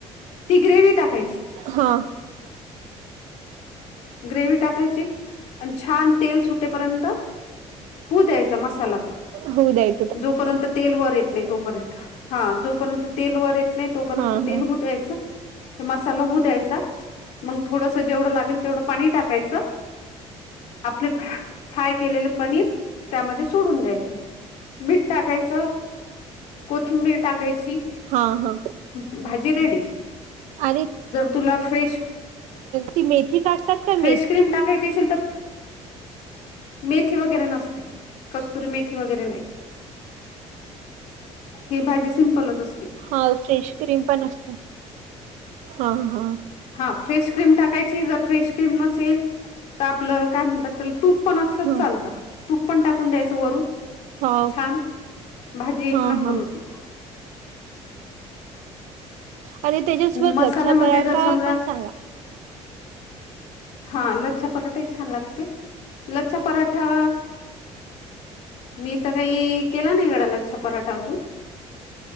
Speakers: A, on the left (about 65°); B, on the right (about 80°).
A: ती ग्रेव टाकायची
B: हा
A: ग्रेव टाकायची आणि छान तेल सुटेपर्यंत हो द्यायचा मसाला तो
B: होऊदय
A: जोपर्यंत तेल वर येत नाही तोपर्यंत हा जोपर्यंत तेल वर येत नाही तोपर्यंत
B: हा हा
A: तेल होत यायचं ते मसाला होऊ द्यायचा मग थोडस जेवढं लागेल तेवढं पाणी टाकायचं आपले फा फ्राय केलेले पनीर त्यामध्ये सोडून द्यायचे मीठ टाकायचं कोथिंबीर टाकायची
B: हा हा
A: भाज रेडी
B: आणि
A: तु फ्रे
B: ती मेथी काढतात का
A: फ्रेश
B: मेथी
A: क्रीम टाकायची असशीलल तर मेथी वगैरे नसते कस्तुरी मेथी वगैरे नाही ही भाजी सिंपलच असते
B: हा फ्रेश क्रीम पण असत हा हा
A: हा फ्रेश क्रीम टाकायची जर फ्रेश क्रीम नसेल तर आपलं काय म्हणतात तूप पण असलंच
B: ह
A: चालतं तूप पण टाकून द्यायचं वरून
B: हा
A: छान भाजी एक
B: हा
A: नंबर
B: हा
A: होती
B: आणि त्याच्यासोबत
A: मसाल्यामध्ये
B: लच्छा पराठा
A: जर समजा
B: पण सांगा
A: हा लच्छ पराठाही छान लागते लच्छ पराठा मी तर काही केला नाही गडालच्छ पराठा अजून